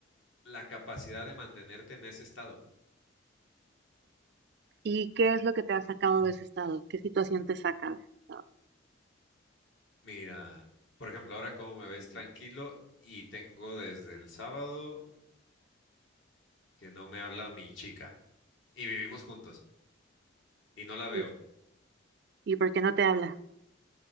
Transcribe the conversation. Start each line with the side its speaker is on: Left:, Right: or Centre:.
Left: la capacidad de mantenerte en ese estado.
Right: ¿Y qué es lo que te ha sacado de ese estado? ¿Qué situación te saca de ese estado?
Left: Mira, por ejemplo, ahora como me ves tranquilo y tengo desde el sábado que no me habla mi chica. y vivimos juntos y no la veo.
Right: ¿Y, y por qué no te habla?